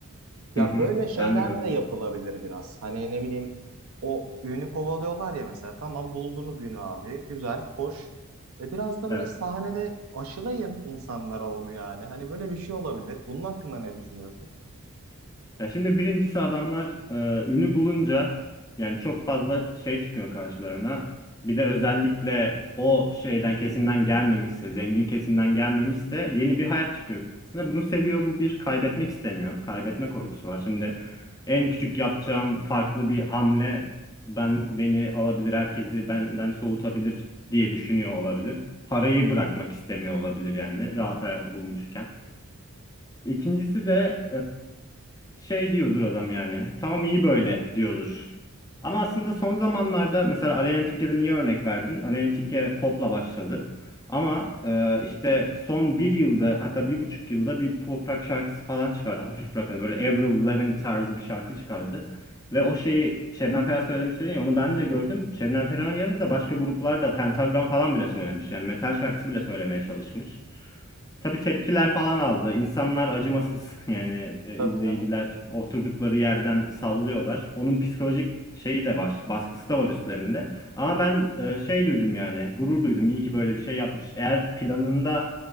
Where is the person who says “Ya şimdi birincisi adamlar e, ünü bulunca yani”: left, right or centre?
Left